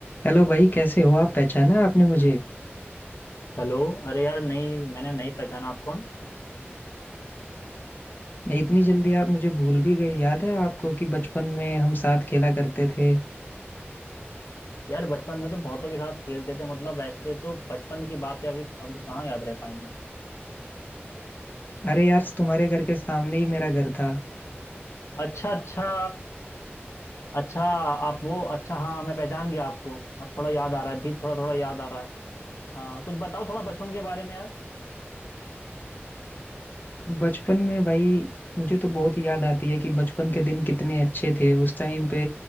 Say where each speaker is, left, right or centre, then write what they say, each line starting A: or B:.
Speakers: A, on the left (about 45°); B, on the left (about 85°).
A: Hello भाई कैसे हो आप पहचाना आपने मुझे
B: हेलो अरे यार नहीं मैंने नहीं पहचाना आप कौन
A: ये इतनी जल्दी आप मुझे भूल भी गए याद है आपको कि बचपन में हम साथ खेला करते थे
B: यार बचपन में तो बहुतों के साथ खेलते थे मतलब ऐसे तो बचपन की बातें अभी अभी कहाँ याद रह पाएंगी
A: अरे यार तुम्हारे घर के सामने ही मेरा घर था
B: अच्छा अच्छा अच्छा आप वो अच्छा हाँ मैं पहचान गया आपको अब थोड़ा याद आ रहा है धीरे थोड़ा थोड़ा याद आ रहा है हाँ कुछ बताओ थोड़ा बचपन के बारे में यार
A: बचपन में भाई मुझे तो बहुत याद आती है कि बचपन के दिन कितने अच्छे थे उस टाइम पे